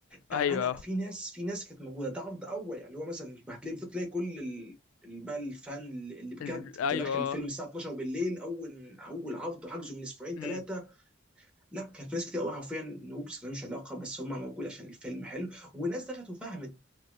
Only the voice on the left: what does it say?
ايوه
ال... ايوه
امم